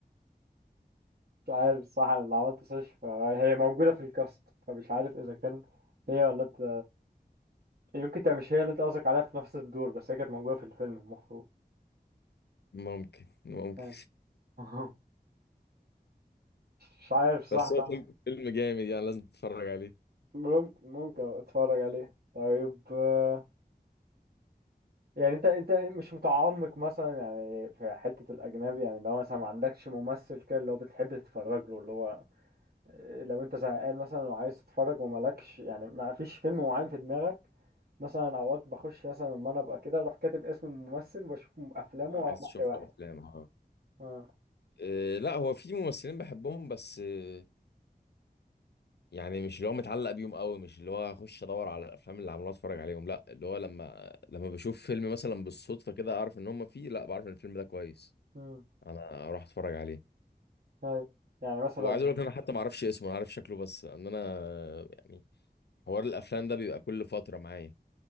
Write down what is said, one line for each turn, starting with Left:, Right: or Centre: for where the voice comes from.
Right: مش عارف الصراحة أنا اللي عملت سيرش فهي موجودة في الكاست فمش عارف إذا كان هي ولا انت يمكن تبقى مش هي اللي انت قصدك عليها في نفس الدور بس هي كانت موجودة في الفيلم المفروض
Left: ممكن ممكن
Right: يعني <laughs> مش عارف
Left: <laughs>
Right: صح
Left: بس هو فيلم فيلم جامد يعني لازم تتفرج عليه
Right: ممكن ممكن أبقى اتفرج عليه طيب آه، يعني انت انت مش متعمق مثلا يعني في حتة الأجنبي يعني لو مثلا ما عندكش ممثل كده اللي هو بتحب تتفرج له اللي هو لو انت زهقان مثلا وعايز تتفرج ومالكش يعني ما فيش فيلم معين في دماغك مثلا اوقات بخش مثلا لما انا ابقى كده اروح كاتب اسم الممثل واشوف افلامه
Left: عايز
Right: واحد
Left: تشوف
Right: واحد
Left: له أفلام اه
Right: اه
Left: آه، لا هو في ممثلين بحبهم بس آه، يعني مش اللي هو متعلق بيهم قوي مش اللي هو اخش ادور على الافلام اللي عملوها اتفرج عليهم لا اللي هو لما لما بشوف فيلم مثلا بالصدفه كده اعرف ان هم فيه لا بعرف ان الفيلم ده كويس
Right: امم
Left: انا اروح اتفرج عليه
Right: ايوه يعني مثلا
Left: وعايز اقول لك انا حتى ما اعرفش اسمه انا عارف شكله بس ان انا آه، يعني حوار الافلام ده بيبقى كل فتره معايا